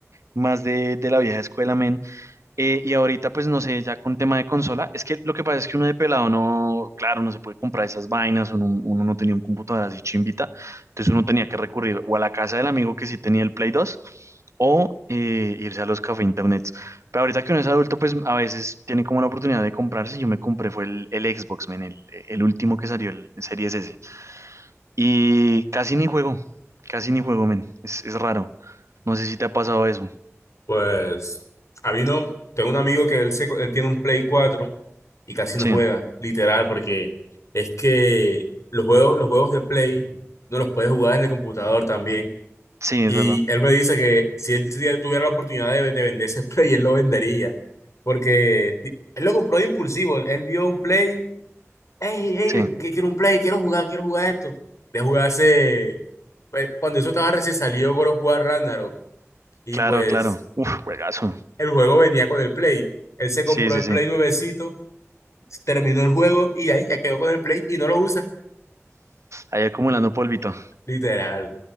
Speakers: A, on the right; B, on the left.
A: más de, de la vieja escuela, men. Eh, y ahorita, pues no sé, ya con tema de consola, es que lo que pasa es que uno de pelado no, claro, no se puede comprar esas vainas, uno, uno no tenía un computador así chimbita, entonces uno tenía que recurrir o a la casa del amigo que sí tenía el Play dos o eh, irse a los café internets. Pero ahorita que uno es adulto, pues a veces tiene como la oportunidad de comprarse. Yo me compré, fue el, el Xbox, men, el, el último que salió, el Series S. Y casi ni juego, casi ni juego, men, es, es raro. No sé si te ha pasado eso.
B: Pues, a mí no, tengo un amigo que él, se, él tiene un Play 4 y casi no
A: Sí,
B: juega, literal, porque es que los juegos, los juegos de Play no los puedes jugar en el computador también.
A: sí,
B: Y
A: es verdad.
B: él me dice que si él, si él tuviera la oportunidad de, de vender ese <laughs> Play, él lo vendería, porque él lo compró de impulsivo, él vio un Play. hey, hey,
A: Sí,
B: que quiero un play, quiero jugar, quiero jugar esto. Le jugué hace, pues, cuando eso estaba recién salido God of War Ragnarok, y
A: claro,
B: pues
A: claro. Uf, juegazo.
B: el juego venía con el play. Él se compró
A: Sí, sí,
B: el
A: sí.
B: play nuevecito, terminó el juego y ahí ya quedó con el play y no lo usa.
A: Ahí acumulando polvito.
B: Literal.